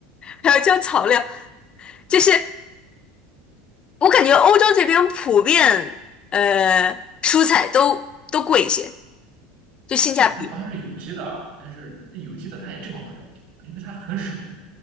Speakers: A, on the left; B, on the right.
A: 还要交草料？就是我感觉欧洲这边普遍呃蔬菜都都贵一些，就性价比。
B: 对，它好像是有机的，但是有机的它也这么贵吗因为它很少，